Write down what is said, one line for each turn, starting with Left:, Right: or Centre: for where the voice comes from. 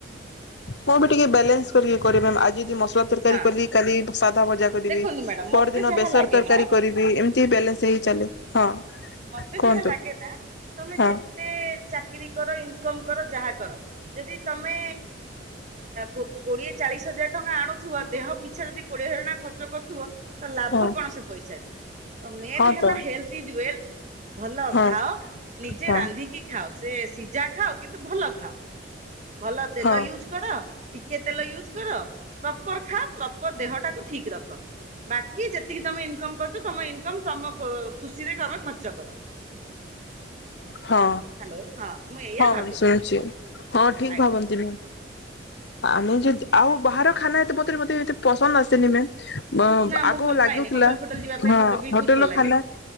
Left: ମୁଁ ବି ଟିକେ ବାଲାନ୍ସ କରିକି କରିବି ଆଜି ଯଦି ମସ୍ ତରକାରୀ
Right: ହଁ
Left: କ କାଲି ସାଧା ଭଜା କରିବି
Right: ଦେଖନ୍ତୁ ମ୍ୟାଡାମ ମତେ
Left: ପରଦିନ
Right: ଯାହା
Left: ବେସର
Right: ଲାଗେ
Left: ତରକାରୀ
Right: ନା
Left: କରିବି ଏମିତି ବାଲାନ୍ସ ହେଇ ଚାଲେ ହଁ
Right: ମତେ
Left: କୁହନ୍ତୁ
Right: ଯାହା ଲାଗେ ନା ତମେ
Left: ହ
Right: ଯେତେ ଚାକିରି କର ଇନକମ କର ଯାହା କର ଯଦି ତମେ କୋ କୋଡିଏ ଚାଳିଶ ହଜାର ଟଙ୍କା ଆଣୁ ଥୁବ ଦେହ ପିଛା ଯଦି କୋଡିଏ ହଜାର ଟଙ୍କା ଖର୍ଚ କରୁଥିବ ତା ଲାଭ
Left: ହଁ
Right: କଣ ସେ ପଇସାରେ ତ ମେନ୍
Left: ହଁ
Right: ହେଲା
Left: ତ
Right: ହେଲଥ ଇଜ ୱେଲଥ। ଭଲ
Left: ହଁ
Right: ଖାଅ ନିଜେ
Left: ହଁ।
Right: ରାନ୍ଧିକି ଖାଅ ସେ ସିଝା ଖାଅ କିନ୍ତୁ ଭଲ ଖାଅ ଭଲ ତେଲ
Left: ହଁ
Right: ୟୁଜ କର ଟିକେ ତେଲ ୟୁଜ୍ କର ପ୍ରପର ଖାଅ ପ୍ରପର ଦେହଟାକୁ ଠିକ ରଖ ବାକି ଯେତିକି ତମେ ଇନକମ କରୁଛ ତମ ଇନକମ ତମ ଖୁସିରେ ତମେ ଖର୍ଚ୍ଚ କର।
Left: ହଁ
Right: ହ୍ୟାଲୋ ହଁ ମୁଁ ଏଇଆ
Left: ହଁ
Right: ଭାବେ
Left: ଶୁଣୁଛି ହଁ ଠିକ
Right: ଆଜ୍ଞା
Left: ଭାବନ୍ତି ମ୍ୟାମ୍ ଆମେ ଯଦ୍ ଆଉ ବାହାର ଖାନା ଏତେ ମାତ୍ରାରେ ମତେ ଏତେ ପସନ୍ଦ ଆସେନି ମ୍ୟାମ୍
Right: ନା
Left: ଆଗ
Right: ମୁଁ ଭଲ
Left: ଲାଗୁଥିଲା
Right: ପାଏନି ହୋଟେଲ ଫୋଟେଲ ଯିବା ପାଇଁ
Left: ହଁ
Right: ମତେ ବିଲକୁଲ
Left: ହୋଟେଲ
Right: ଭଲ
Left: ର
Right: ଲାଗେନି
Left: ଖାନା